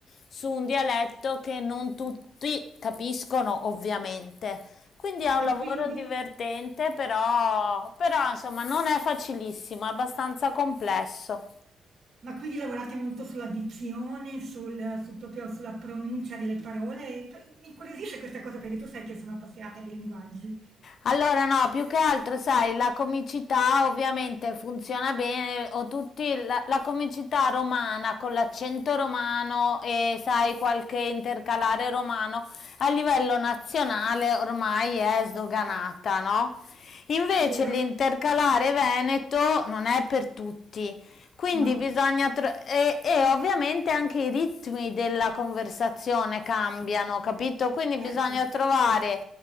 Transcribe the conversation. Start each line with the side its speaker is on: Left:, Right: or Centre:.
Left: su un dialetto che non tutti capiscono, ovviamente. Quindi è
Right: ma
Left: un lavoro
Right: quindi,
Left: divertente, però, però insomma non è facilissimo, è abbastanza complesso.
Right: ma quindi lavorate molto sulla dizione, sul, sul proprio, sulla pronuncia delle parole? Mi incuriosisce questa cosa perché tu sai che sono appassionata di linguaggi,
Left: Allora no, più che altro sai, la comicità ovviamente funziona bene, o tutti la, la comicità romana con l'accento romano e sai qualche intercalare romano a livello nazionale ormai è sdoganata, no? Invece
Right: vero?
Left: l'intercalare veneto non è per tutti, quindi
Right: No,
Left: bisogna tro- e, e ovviamente anche i ritmi della conversazione cambiano, capito? Quindi
Right: certo,
Left: bisogna trovare